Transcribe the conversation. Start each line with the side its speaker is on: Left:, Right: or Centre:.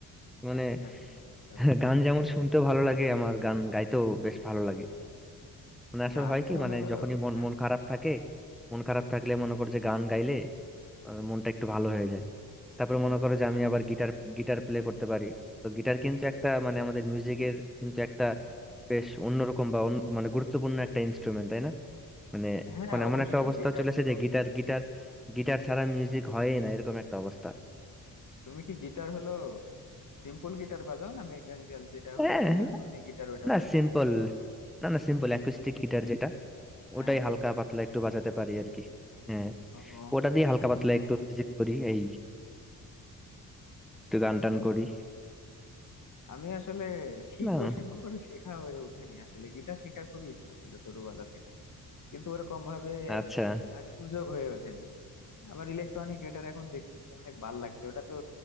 Centre: মানে
Left: আচ্ছা আচ্ছা বুঝতে
Centre: <laughs>
Left: পারছি
Centre: গান যেমন শুনতেও ভালো লাগে আমার গান গাইতেও বেশ ভালো লাগে মানে আসলে
Left: গান
Centre: হয়
Left: তো
Centre: কি
Left: মনে
Centre: মানে
Left: করো
Centre: যখনই মন
Left: হ্যাঁ
Centre: মন খারাপ থাকে মন খারাপ থাকলে মনে কর যে গান গাইলে আহ, মনটা একটু ভালো হয়ে যায় তারপর
Left: বুঝতে
Centre: মনে করো
Left: পারছি
Centre: যে আমি আবার গিটার গিটার প্লে করতে পারি তো গিটার কিন্তু একটা মানে আমাদের মিউজিকের কিন্তু একটা বেশ অন্যরকম বা অন্য- মানে গুরুত্বপূর্ণ একটা ইনস্ট্রুমেন্ট তাই না মানে
Left: হ্যাঁ
Centre: এখন এমন
Left: অবশ্যই
Centre: একটা অবস্থা
Left: গিটার
Centre: চলে এসেছে
Left: তো
Centre: যে গিটার গিটার গিটার ছাড়া মিউজিক হয়ই না এরকম একটা অবস্থা
Left: তুমি কি গিটার হলো সিম্পল গিটার বাজাও না মেকানিক্যাল যেটা
Centre: হ্যাঁ
Left: হলো ইলেকট্রনিক গিটার ওটা
Centre: না
Left: বাজাও
Centre: সিম্পল না না সিম্পল অ্যাকুস্টিক গিটার যেটা
Left: হ্যাঁ
Centre: ওটাই
Left: অ্যাকুস্টিকটা
Centre: হালকা পাতলা
Left: বাজাও
Centre: একটু বাজাতে পারি আর কি হ্যাঁ
Left: ও
Centre: ওটা দিয়ে হালকা পাতলা একটু মিউজিক করি এই একটু
Left: আচ্ছা
Centre: গান টান
Left: বুঝতে
Centre: করি
Left: পারছি আমি আসলে শিখবো
Centre: না
Left: শিখবো করে শেখা হয়ে ওঠেনি আসলে গিটার শেখার খুবই ইচ্ছা ছিল ছোটবেলা থেকে কিন্তু ওরকম ভাবে
Centre: আচ্ছা
Left: আর সুযোগ হয়ে ওঠেনি আবার ইলেকট্রনিক গিটার এখন দেখতেছি অনেক ভাল লাগছে ওটা তো